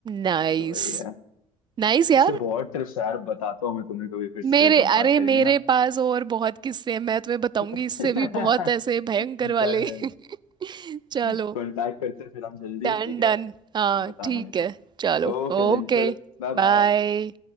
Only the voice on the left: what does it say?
तो वही है
ऐसे बहुत ट्रिप्स यार बताता हूँ मैं तुम्हें कभी फिर से
जब बात
करेंगे
ना
<laughs>
डन
है
कांटेक्ट करते हैं फिर हम जल्दी
ठीक है
फिर
बताना
मेरे
को
ओके
देन चलो Bye bye